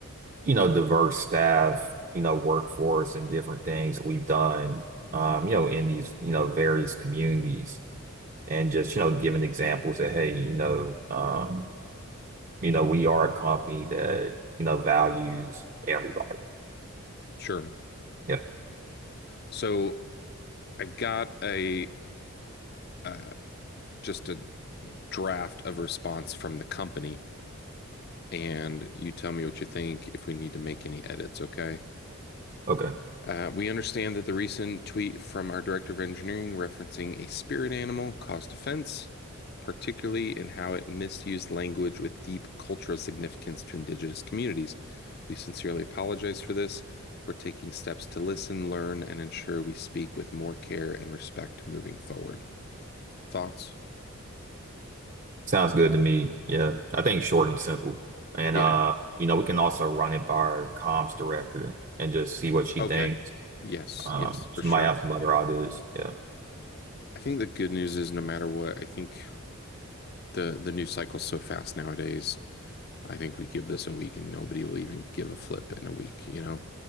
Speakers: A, on the right; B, on the left.
A: you know, diverse staff, you know, workforce and different things we've done, um, you know, in these, you know, various communities and just, you know, giving examples that, hey, you know, um, you know, we are a company that, you know, values everybody.
B: sure.
A: Yeah.
B: So I've got a uh, just a draft of response from the company and you tell me what you think if we need to make any edits, okay?
A: Okay.
B: Uh, we understand that the recent tweet from our director of engineering referencing a spirit animal caused offense, particularly in how it misused language with deep cultural significance to indigenous communities. We sincerely apologize for this. We're taking steps to listen, learn, and ensure we speak with more care and respect moving forward. Thoughts?
A: Sounds good to me. Yeah. I think short and simple. And
B: Yeah.
A: uh, you know, we can also run it by our comms director and just see what she
B: Okay.
A: thinks.
B: Yes.
A: Um,
B: Yes,
A: she
B: for sure.
A: might have some other ideas. Yeah.
B: I think the good news is no matter what, I think the the news cycle's so fast nowadays. I think we give this a week and nobody will even give a flip in a week, you know?